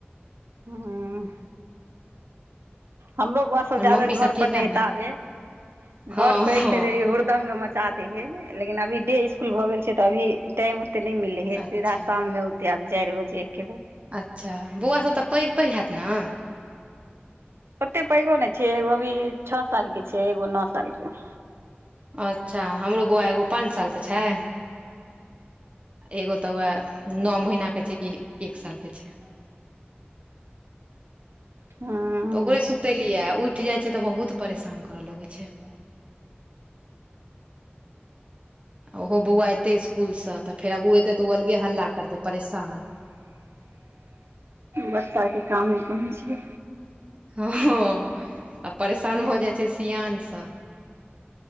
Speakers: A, on the right; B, on the right.
A: हां हमरो बौआ सब जाबे
B: मम्मी
A: घर
B: सब
A: पर
B: ठीक
A: नैहैताबे
B: है ने हँ
A: घर परे एबते
B: हँ
A: देरी हुर्दंग तादिहेन लेकिन अभी डे स्कूल भऽ गेल छै, तऽ अभी टाइम ओते नै मिलै हइ
B: अच्छा
A: सीधा शाममे त आब चाइर बजे एके बेर।
B: अँच्छा बौआ सब तऽ पैघ पैघ हैत न?
A: ओते पैघो नै छै एगो अभी छ साल के छै एगो नौ साल के।
B: अँच्छा हमरो बौआ एगो पाँच साल के छै। एगो तऽ वैह नौ महीनाके छै कि एक सालके छै।
A: हँ
B: तऽ ओकरे सुतेलिए उइठ जाइ छै तऽ बहुत परेशान करअ लगै छै। ओहो बौआ तै स्कूल से तऽ फेर आब ओ एतै तऽ ओ अलगे हल्ला करते परेशान
A: बच्चा के कामे कोन छियै?
B: हाँ आ परेशान भऽ जाइ छै सियानसँ।